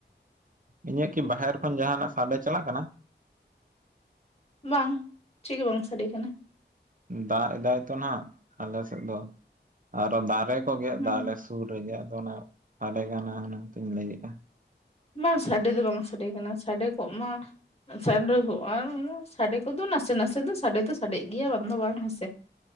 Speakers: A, on the right; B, on the left.
A: ᱤᱧᱟᱹᱜ ᱠᱤ ᱵᱟᱦᱮᱨ ᱠᱷᱚᱱ ᱡᱟᱦᱱᱟᱜ ᱥᱟᱰᱮ ᱪᱟᱞᱟᱜ ᱠᱟᱱᱟ?
B: ᱵᱟᱝ ᱪᱮᱜ ᱜᱮ ᱵᱟᱝ ᱥᱟᱰᱮ ᱠᱟᱱᱟ᱾
A: ᱫᱟᱜ ᱮᱫᱟᱭ ᱛᱚ ᱱᱟᱜ ᱟᱞᱮ ᱥᱮᱫ ᱫᱚ ᱟᱨᱚ ᱫᱟᱨᱮ ᱠᱚ ᱜᱮᱫ
B: ᱦᱩᱸ
A: ᱫᱟ ᱟᱞᱮ ᱥᱩᱨ ᱨᱮᱜᱮ ᱟᱫᱚ ᱚᱱᱟ ᱥᱟᱰᱮ ᱠᱟᱱᱟ ᱚᱱᱟᱛᱤᱧ ᱞᱟᱹᱭᱮᱜᱼᱟ᱾
B: ᱵᱟᱝ ᱥᱟᱰᱮ ᱫᱚ ᱵᱟᱝ ᱥᱟᱰᱮ ᱠᱟᱱᱟ, ᱥᱟᱰᱮ ᱠᱚᱜ ᱢᱟ ᱥᱟᱱᱰᱮ ᱠᱚᱜ ᱟᱝ ᱥᱟᱰᱮ ᱠᱚᱫᱚ ᱱᱟᱥᱮ ᱱᱟᱥᱮ ᱫᱚ ᱥᱟᱰᱮ ᱫᱚ ᱥᱟᱰᱮᱜ ᱜᱮᱭᱟ ᱵᱟᱝ ᱫᱚ ᱵᱟᱝ ᱦᱮᱸᱥᱮ᱾